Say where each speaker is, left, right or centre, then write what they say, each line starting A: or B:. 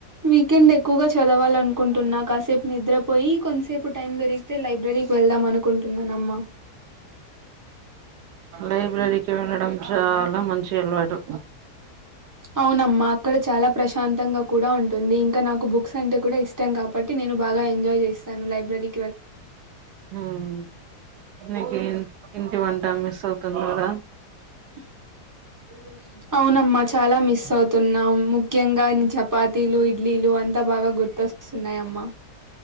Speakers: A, on the right; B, on the right.
A: వీకెండ్ ఎ ఎక్కువగా చదవాలనుకుంటున్నా కాస్ సేపు నిద్రపోయి కొంతసేపు టైం దొరిగితే లైబ్రరీకి వెళదాం అనుకుంటున్నాన అమ్మా
B: లైబ్రరీకి వెళ్లడం చాలా మంచి అలవాటు
A: అవునమ్మా అక్కడ చాలా ప్రశాంతంగా కూడా ఉంటుంది ఇంకా నాకు బుక్స్ అంటే కూడా ఇష్టం కాబ నేను బాగా ఎంజాయ్ చేస్తానులైబరీ
B: హ్మ్ నికి ఇంటి వం టా మిస్ అవుతునారా
A: ఓ అవునమ్మా చాలా మిస్ అవుతున్నాం ము ముఖ్యంగా చపాతీలు ఇడ్లీలు అంతా బాగా గుర్తొస్తున్నాయమ్మా